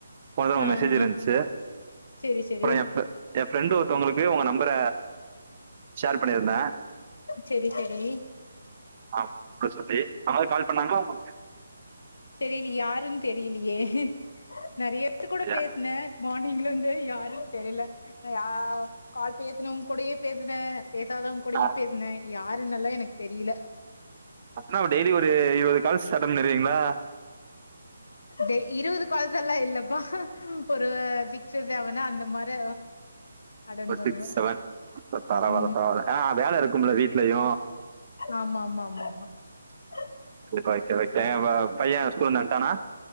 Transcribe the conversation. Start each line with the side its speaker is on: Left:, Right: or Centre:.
Right: போன உங்க
Left: ஆ
Right: மெசேஜ் இருந்துச்சு
Left: ஆ செரி செரி
Right: அப்புற எ ஃப்ர என் ஃப்ரெண்டு் ஒருத்தவங்களுக்கு உங்க நம்பர ஷேர் பண்ணியிருந்தே
Left: சேரி சேரி
Right: ஆமா அத சொல்லி யாராவது கால் பண்ணாங்கா உங்களுக்கு
Left: தெரியல யாருன்னு தெரியலையே நறைய நேத்து கூட
Right: இல்லையா
Left: பேசுனே மார்னிங்ல இருந்தே யாரோ தெரில ய கால் பேசனு கொடயே பேசுனே பேசாதவங்க கூடயும
Right: ஆ
Left: பேசினே யாருன்னல்லா எனக்கு தெரியல
Right: அப்பனா டெய்லி ஒரு இருவது கால்ஸ் அட்டன்பன்னீற்கீங்களா
Left: அதே இருவது கால்ஸ்சல்லா இல்லப்பா ஒரு சிக்ஸு செவனு அந்த மாரி அட்டன்
Right: ஒரு
Left: பண்ணுவே
Right: சிக்ஸ் செவன் பரவால்ல
Left: உ
Right: பரவால்ல ஆ வேல இருக்கும்ல வீட்லயு
Left: ஆமா மா மா மா மா <unintelligible>
Right: <unintelligible> பையன் ஸ்கூல்லந்து வன்ட்டானா